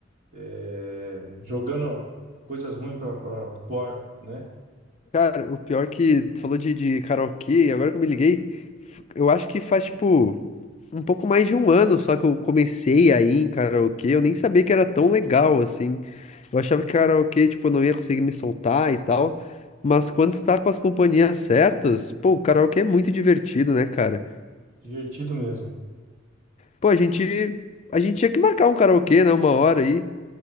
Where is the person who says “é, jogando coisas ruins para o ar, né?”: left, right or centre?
Right